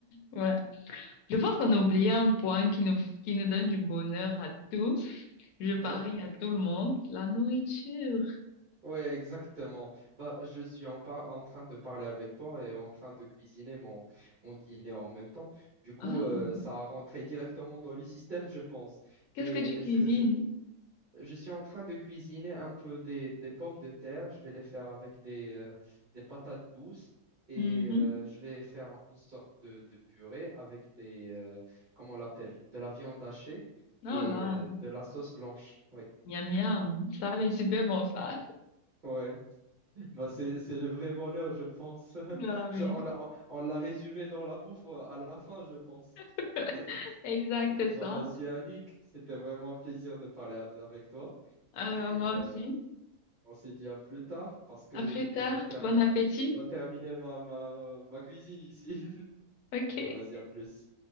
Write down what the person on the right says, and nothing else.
Ouais.
Ouais, exactement. Bah, je suis en, par- en train de parler avec toi et en train de cuisiner mon, mon dîner en même temps. Du coup,
euh, ça a rentré directement dans le système, je pense.
Mais
je, je, je suis en train de cuisiner un peu des, des pommes de terre. Je vais les faire avec des, euh, des patates douces et
euh, je vais faire une sorte de, de purée avec des, euh, comment on l'appelle, de la viande hachée
et
euh, de la sauce blanche. Oui.
Ouais. Bah, c'est, c'est le vrai bonheur, je pense. <laughs>
Je-
on l'a, on l'a résumé dans la bouffe euh, à la fin, je pense.
<laughs>
Bah,
vas-y, Annick, c'était vraiment un plaisir de parler à- avec toi.
Et
euh,
on se dit à plus tard parce que
je
dois terminer,
je dois terminer ma, ma, ma cuisine ici. <laughs>
Bah, vas-y, à plus.